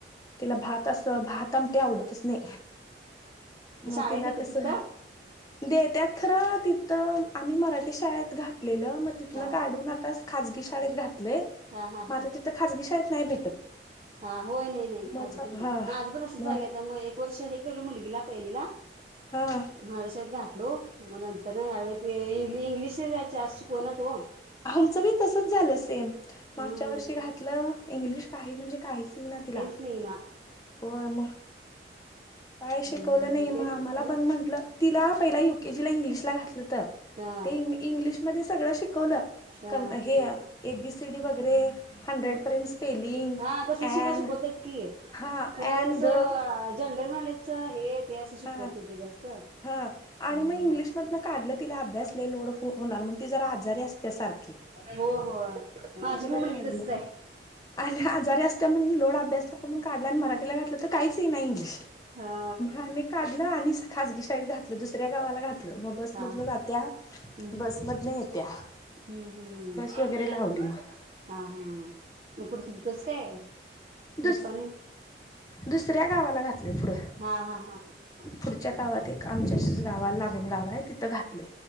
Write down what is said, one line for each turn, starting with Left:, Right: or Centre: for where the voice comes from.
Left: तिला भात अस भात आमटी आवडतच नाही. म
Right: शाळेत
Left: तीला
Right: येते
Left: कस.
Right: तिथं
Left: दे त्यात खरं तिथं आम्ही मराठी शाळेत घातलेलं मग तिथन
Right: हा
Left: काढून. तास खाजगी शाळेत घातलेय
Right: हा हा
Left: मात्र
Right: हा
Left: तिथं खाजगी शाळेत नाही भेटत.
Right: हा होय नाही नाही
Left: मग
Right: खाजगी नाही
Left: हा
Right: माझं पण असंच
Left: मग
Right: झालंय मगत्यामुळे वर्ष हे केल मुलगीला पहिलीला
Left: हा
Right: महाराष्ट्रात गाठलो म तर नाही ह ते इंग्लिश जास्त शिकवणात ओ.
Left: आमचं बी तसच झालं सेम
Right: हम्म
Left: मागच्या वर्षी घातलं इंग्लिश काही म्हणजे काहीच ईना तिला.
Right: इना.
Left: होय मग काय
Right: हम्म
Left: शिकवलं नाही
Right: तेच
Left: म
Right: म्हटलं
Left: आमला पण म्हंटलं. तिला पहिला युकेजीला इंग्लिशला घातलं.
Right: हा
Left: ते इंग्लिशमध्ये सगळं शिकवलं
Right: हा
Left: हे. एबीसी डी वगैरे हंड्रेड पर्यंत. स्पेलिंग
Right: हा तसल
Left: ॲन
Right: शिक शिकवतात की
Left: हा
Right: खरं
Left: ॲन
Right: असं
Left: द
Right: जनरल नॉलेजच हे ते असं शिकवत
Left: हा
Right: नाही ओ जास्त.
Left: हा आणि
Right: ह
Left: मग इंग्लिशमधन काढलं तिला अभ्यासला लोड होणार मग ती जरा आजारी असते सारखी
Right: हो हो माझी
Left: मग तिला
Right: पण मुलगी
Left: काढलं
Right: तसच आहे.
Left: आणि आजारी असत्या म्हणून लोड अभ्यास नको म्हणून काढला आणि मराठीला घातलं तर काहीच ये नाही इंग्लिश.
Right: हा
Left: म आणी काढलं आणि खाजगी शाळेत घातलं दुसऱ्या गावाला घातलं. मग बसमधन
Right: हा
Left: जात्या
Right: हम्म
Left: बसमधने येत्या.
Right: हम्म
Left: बस वगैरे
Right: हम्म.
Left: लावली मग
Right: हा हा मग कुठ इथंच काय.
Left: दुस
Right: निपाणी
Left: दुसऱ्या गावाला घातले पुढं.
Right: हा हा हा हा.
Left: पुढच्या गावात एक आमच्या गावा लागून गाव आहे तिथं घातलेय